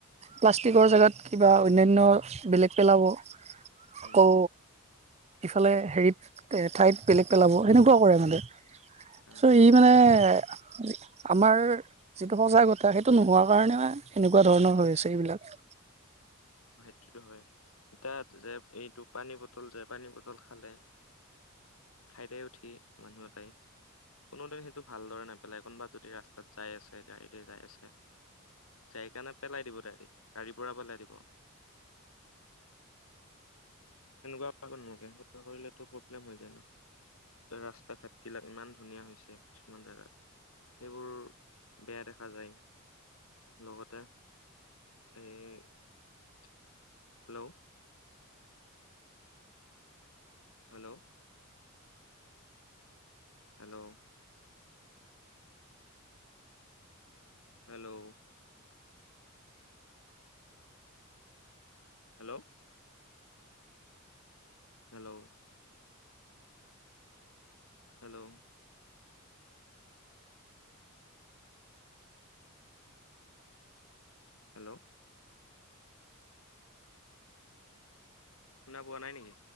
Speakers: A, on the right; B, on the left.
A: প্লাষ্টিকৰ জেগাত কিবা অন্যান্য বেলেগ পেলাব।
B: উম,
A: আকৌ ইফালে হেৰিত, ঠাইত বেলেগ পেলাব, সেনেকুৱাও কৰে মানে। চ'
B: অ
A: ই মানে আমাৰ যিটো সজাগতা, সেইটো নোহোৱা কাৰণে মানে এনেকুৱা ধৰণৰ হৈ আছে এইবিলাক।
B: সেইটো হয়। তাত যে এইটো পানী বটল যে পানী বটল খালে খাইতে উঠি মানুহ এটাই কোনোদিন সেইটো ভালদৰে নেপেলাই, কোনোবা যদি ৰাস্তাত যাই আছে, গাড়ীতে যাই আছে জাইকানে পেলাই দিব ডাইৰেক্ট, গাড়ীৰ পৰা পেলাই দিব
A: আ
B: সনেকুৱা <unintelligible> কৰিলেটু প্ৰব্লেম হৈ যায় ন'। ৰাস্তা ঘাটবিলাক ইমান ধুনীয়া হৈছে, কিছুমান জেগাত। সেইবোৰ, বেয়া দেখা যায়। লগতে, এই, hello hello! Hello! Hello hello! Hello! Hello! Hello! শুনা পোৱা নাই নেকি?